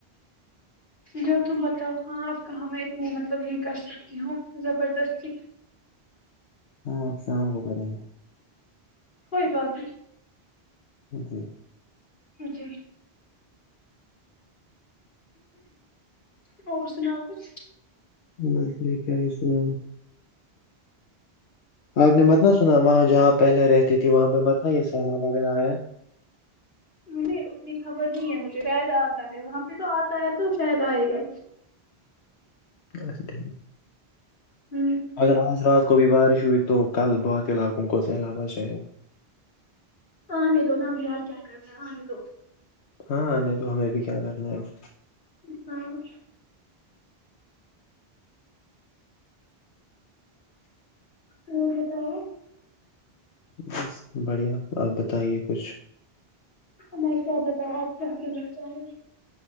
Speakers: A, on the left (about 50°); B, on the left (about 85°).
A: جو تم بتاؤ ہاں آپ کہاں میں اتنی مطلب یہ کر سکتی ہوں زبردستی
B: ہاں شام کو کریں گے
A: کوئی باتات
B: جی
A: جی اور سناؤ کچھ
B: م اس میں کیا ہی سناؤ آپ نے مت ن سنا وہاں جہاں پہلے رہتی تھی وہاں پہ مت یہ سہلاب وغیرہ آیا
A: نہیں اتنی خبر نہیں ہے مجھے شاید آتا ہے وہاں پہ تو آتا ہے تو شاید آئے گا
B: اچھا ٹھیک ہے
A: ہوں
B: اگر آج رات کو بھی بارش ہوئی تو کل بااتی علاقوں کو علا پہ چاہیے
A: آنے دو نا اب یار کیا کرنا ہے آنے دو
B: ہاں نہیں تو ہمیں بھی کیا کرنا ہے وہ
A: ہاں <unintelligible> <unintelligible>
B: بس بڑھیا آپ بتائیے کچھ
A: میں کیا بتاؤں آپ کیا کہنا چاہیں گی